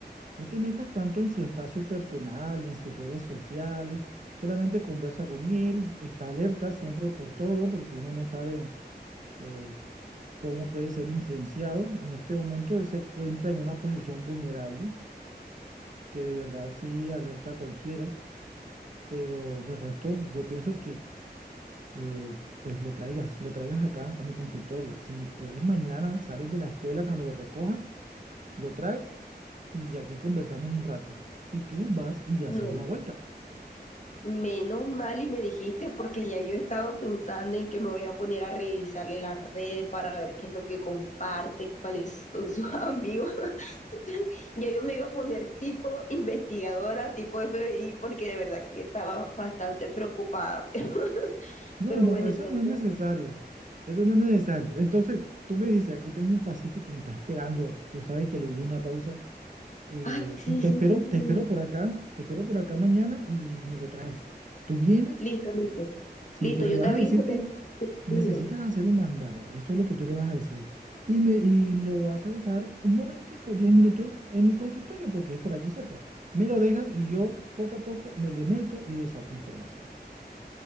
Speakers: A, on the right; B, on the left.
A: no te metas tanto en su espacio personal, en sus redes sociales. Solamente conversa con él, está alerta siempre por todo, porque uno no sabe eh, cómo puede ser influenciado. En este momento él se encuentra en una posición vulnerable, que de verdad sí alerta a cualquiera. Pero de resto, yo pienso que eh, pues lo traigas, lo traigas acá a mi consultorio. Si puedes mañana, sales de la escuela cuando lo recojas Lo traes y aquí conversamos un rato. Y tú vas y
B: No.
A: haces una vuelta.
B: Menos mal y me dijiste porque ya yo estaba pensando en que me voy a poner a revisarle las redes para ver qué es lo que comparte, cuáles son sus <laughs> amigos. <laughs> Ya yo me iba a poner tipo investigadora, tipo FBI, porque de verdad que estaba bastante preocupada. <laughs> Pero,
A: No,
B: pero
A: no,
B: bueno,
A: eso
B: entonces,
A: no es necesario. Eso no es necesario. Entonces, tú me dices, aquí tengo un paciente que me está esperando. Tú sabes que le di una pausa. eh,
B: ay, sí,
A: te
B: sí,
A: espero,
B: sí,
A: te
B: sí.
A: espero por acá. Te espero por acá mañana y me lo traes. ¿Tú vienes?
B: Listo, listo.
A: Sí,
B: Listo,
A: pero
B: yo
A: le vas
B: te aviso,
A: a decir
B: te
A: que necesitas
B: escribo.
A: hacer un mandado, eso es lo que tú le vas a decir. Y, me, y lo vas a dejar un momentico, 10 minutos en mi consultorio, porque es por aquí cerca. Me lo dejas y yo poco a poco me le meto y le saco información.